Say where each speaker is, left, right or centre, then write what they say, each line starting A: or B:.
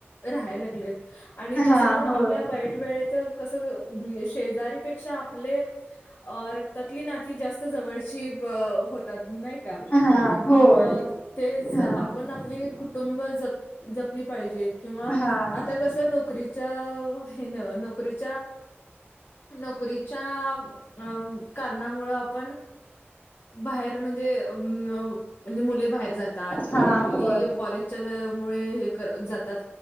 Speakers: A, on the left; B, on the left.
A: राहायला लागलेत आणि
B: हा
A: तसं पण आपल्या
B: होय
A: वाईट वेळ तर कस शेजारीपेक्षा आपले अ ततली नाती जास्त जवळची हो नाही का
B: हा होय
A: मग तेच
B: हा
A: आपण आपले आपले कु कुुंटुब जपली पाहिजेत किंवा
B: हा
A: आता कस नोकरी चया हे न नोकरीच्या नोकरीच्या अ कारणामुळ आपण बाहेर म्हणजे अ म्हणजे मुले बाहेर जात किंवा
B: हा
A: मुली
B: होय
A: कॉलेजच्या मुळे हे जातात